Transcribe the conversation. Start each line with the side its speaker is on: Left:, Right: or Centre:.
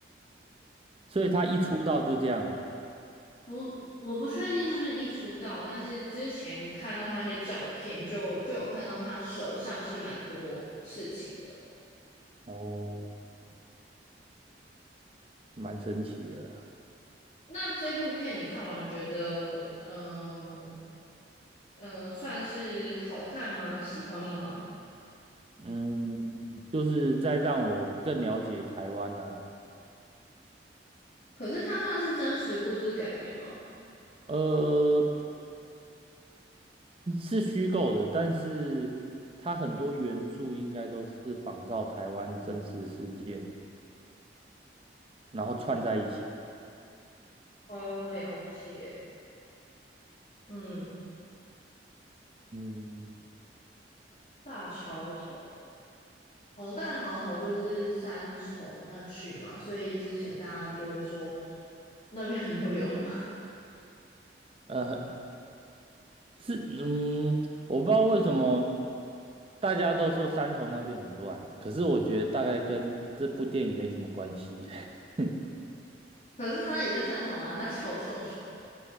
Left: <laughs>
Right: 所以他一出道就这样哦。
Left: 嗯，不，我不确定是不是一出道，但是之前看到他一些照片就就有看到他手上是蛮多事情的。
Right: 哦，蛮神奇的啦
Left: 那这部片你看完觉得，嗯、嗯、算是好看吗？喜欢吗？
Right: 嗯，就是在让我更了解台湾呐、
Left: 可是它算是真实故事改编吗？
Right: 呃，是虚构的，但是它很多元素应该都是仿照台湾真实事件，然后串在一起。
Left: 哦，了解，嗯。
Right: 嗯，
Left: 大桥头哦，大桥头就是三重那区嘛，所以之前大家就会说那边很多流氓，
Right: 呃，是，嗯，我不知道为什么大家都说三重那边很乱，可是我觉得大概跟这部电影没什么关系。<laughs>
Left: <laughs> 可是他也在三重啊，大桥头